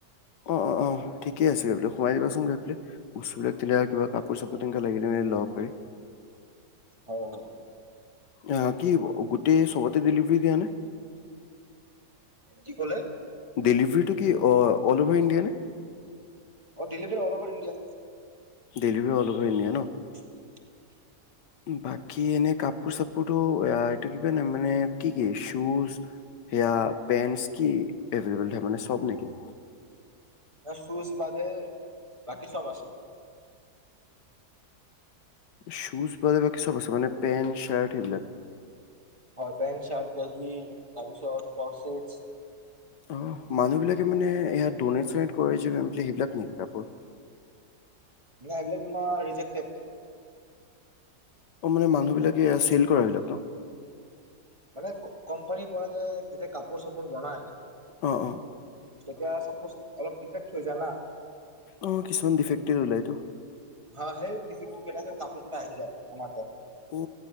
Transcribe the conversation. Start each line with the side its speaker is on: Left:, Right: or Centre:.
Left: অ অ অ ঠিকে আছে গৈ পেলাই সোমাই দিবাচোন গৈ পেলাই বস্তুবিলাক তেনে কিবা কাপোৰ চাপোৰ তেনেকা লাগিলে মেলি ল'ব পাৰি।
Right: হয় হয়।
Left: অ কি গোটেই সবতে ডেলিভাৰী দিয়া নাই?
Right: কি ক'লে
Left: ডেলিভৰিটো কি অ অল অভাৰ ইণ্ডিয়া নে
Right: দিলিভ অল অভ ইণ্ডিয়া
Left: দেলী অলপ হৈ নে ন
Right: <inaudible>
Left: বাকী এনে কাপোৰ চাপোৰটো এইটো কি ক ন মানে কি কি শুজ সেয়া পেন্ট কি এভলেবল মানে চব নেকি
Right: চুজ বাদে বাকী চব আছে
Left: শুজ ব বাকী চব আছে মানে পেণ্ট চাৰ্ট সেইবিলাক
Right: হয় পেণ্ট চাৰ্ট বেগি তাৰপিছত কৰ্চট
Left: অ মানুহবিলাকে মানে ইাত ড কৰে যে সেইবিলাক নেকি কাপোৰ
Right: নাই এইবিলাক তোমাৰ ৰিজেকটেড
Left: অ মানে মানুহবিলাকে চেল কৰাবিলাক ন
Right: মানে কোম্পানীৰ পৰা যে যেতিয়া কাপোৰ চাপোৰ জনায়
Left: অ অ
Right: তেতিয়া চাপজ অলপ দিষ থৈ যা না
Left: অ কিছুমান ডিফে্টি ওলটো
Right: হা সেই ডিফেক্ট কেইটা কাপোৰ কেইটা আহি যায় আমাৰ তাত
Left: অ